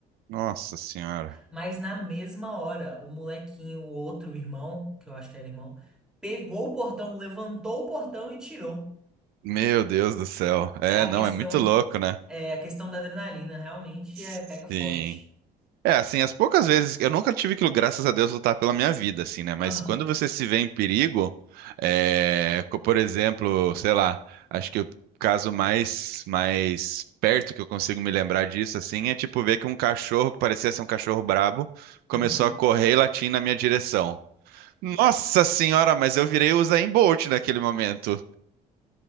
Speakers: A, on the right (about 85°); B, in the centre.
A: Nossa senhora.
B: Mas na mesma hora, o molequinho, o outro irmão, que eu acho que era irmão, pegou o portão, levantou o portão e tirou.
A: Meu Deus do céu. É,
B: É a
A: não,
B: questão,
A: é muito louco, né?
B: é a questão da adrenalina, realmente
A: Sim.
B: é pega forte.
A: É, assim, as poucas vezes, eu nunca tive que, graças a Deus, lutar pela minha vida, assim, né? Mas
B: Aham.
A: quando você se vê em perigo, é, co- por exemplo, sei lá, acho que o caso mais, mais perto que eu consigo me lembrar disso, assim, é tipo ver que um cachorro, que parecia ser um cachorro brabo, começou
B: Uhum.
A: a correr e latir na minha direção. Nossa senhora, mas eu virei o Usain Bolt naquele momento.